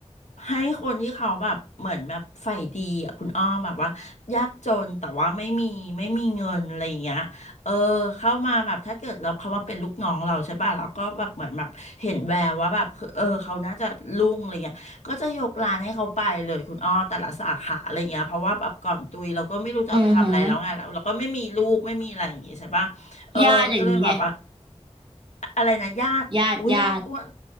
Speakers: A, on the left; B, on the right.
A: ให้คนที่เขาแบบเหมือนแบบใฝ่ดีอ่ะคุณอ้อมแบบว่ายากจนแต่ว่าไม่มีไม่มีเงินอะไรอย่างเงี้ยเออเข้ามาแบบถ้าเกิดเราเขามาเป็นลูกน้องเราใช่ป่ะเราก็แบบเหมือนแบบเห็นแววว่าแบบคือเออเขาน่าจะรุ่งอะไรเงี้ยก็จะยกร้านให้เขาไปเลยคุณอ้อแต่ละสาขาอะไรเงี้ยเพราะว่าแบบก่อนตุยเราก็ไม่รู้จะเอาไปทำอะไรแล้วไงเราเราก็ไม่มีลูกไม่มีอะไรอย่างงี้ใช่ป่ะเออก็เลยแบบว่า
B: อือหือญาติอย่างนี้ไง
A: อะไรนะญาติโอ้ยญาติอ้วน
B: ญาติญาติ